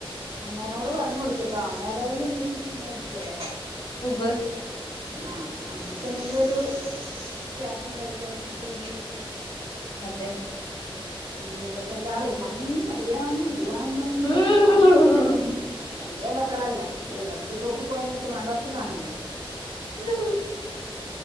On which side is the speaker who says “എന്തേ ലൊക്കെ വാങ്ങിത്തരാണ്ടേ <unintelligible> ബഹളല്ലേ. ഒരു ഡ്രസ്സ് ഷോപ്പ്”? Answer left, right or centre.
Right